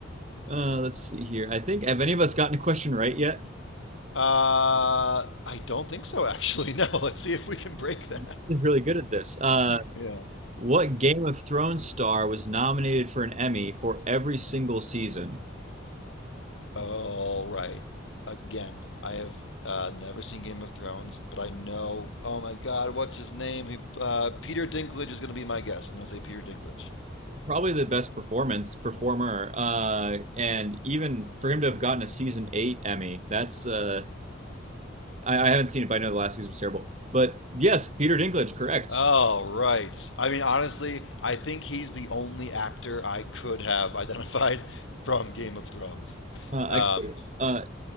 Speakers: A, on the right (about 35°); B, on the left (about 70°).
A: Uh, let's see here. I think have any of us gotten a question right yet?
B: Uh, I don't think so, actually. <laughs> No, let's see if we can break that.
A: <laughs> We're really good at this. Uh,
B: Yeah.
A: what Game of Thrones star was nominated for an Emmy for every single season?
B: All right. Again, I have uh, never seen Game of Thrones, but I know. Oh my God, what's his name? He, uh, Peter Dinklage is going to be my guess. I'm going to say Peter Dinklage.
A: Probably the best performance performer. Uh, and even for him to have gotten a season eight Emmy, that's uh, I, I haven't seen it, but I know the last season was terrible. But yes, Peter Dinklage, correct.
B: All right. I mean, honestly, I think he's the only actor I could have <laughs> identified from Game of Thrones.
A: Uh,
B: Um,
A: I uh,